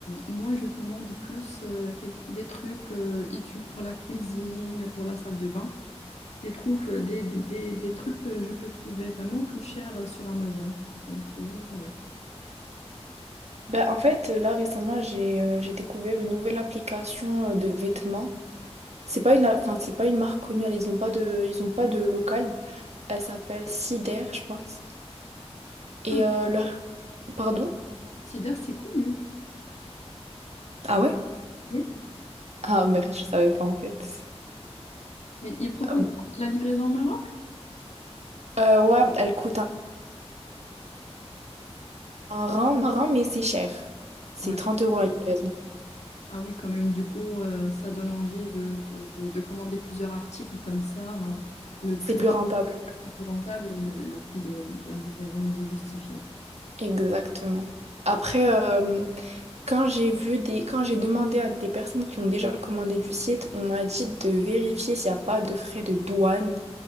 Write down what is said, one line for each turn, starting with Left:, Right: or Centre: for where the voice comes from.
Left: moi, je commande plus euh, quel- des trucs euh, utiles pour la cuisine, pour la salle de bain. des, trouves- euh, des, des, des- des trucs que je peux trouver vraiment plus chers euh, sur Amazon. Donc euh, voilà.
Right: Ben, en fait, euh, là récemment, j'ai euh, j'ai découvert une nouvelle application euh, de vêtements. C'est pas une, a- enfin, c'est pas une marque connue, ils ont pas de, ils ont pas de local. Elle s'appelle Cider, je pense. Et
Left: Ah oui,
Right: euh, leur... Pardon?
Left: Sidar, c'est connu.
Right: Ah ouais?
Left: Oui.
Right: Ah merde, je savais pas en fait.
Left: Mais il propose
Right: Ah bon.
Left: la livraison au Maroc?
Right: Euh, ouais, elle coûte un, un rang, un rang, mais c'est cher. C'est
Left: Ouais.
Right: 30 euros la livraison.
Left: Ah oui, quand même. Du coup, euh, ça donne envie de, de, de commander plusieurs articles comme ça. euh, le
Right: C'est
Left: prix
Right: plus rentable.
Left: est plus rentable et le, le prix de la livraison, il est justifié.
Right: Exactement. Après, euh, quand j'ai vu des... quand j'ai demandé à des personnes qui ont déjà commandé du site, on m'a dit de vérifier s'il n'y a pas de frais de douane.